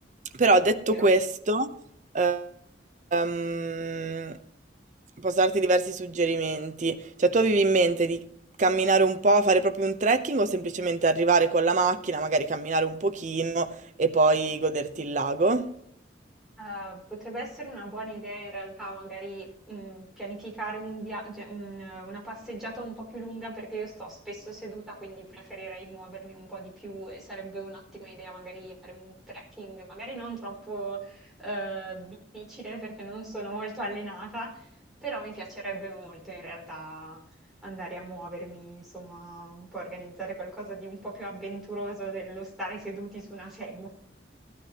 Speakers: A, on the right (about 45°); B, in the centre.
A: Però detto
B: Vero.
A: questo, eh, ehm, posso darti diversi suggerimenti. Cioè, tu avevi in mente di camminare un po', fare proprio un trekking o semplicemente arrivare con la macchina, magari camminare un pochino e poi goderti il lago?
B: Eh, potrebbe essere una buona idea in realtà magari mm, pianificare un viaggio, una passeggiata un po' più lunga perché io sto spesso seduta, quindi preferirei muovermi un po' di più e sarebbe un'ottima idea magari fare un trekking, magari non troppo eh, difficile perché non sono molto allenata, però mi piacerebbe molto in realtà andare a muovermi, insomma, un po' organizzare qualcosa di un po' più avventuroso dello stare seduti su una sedia.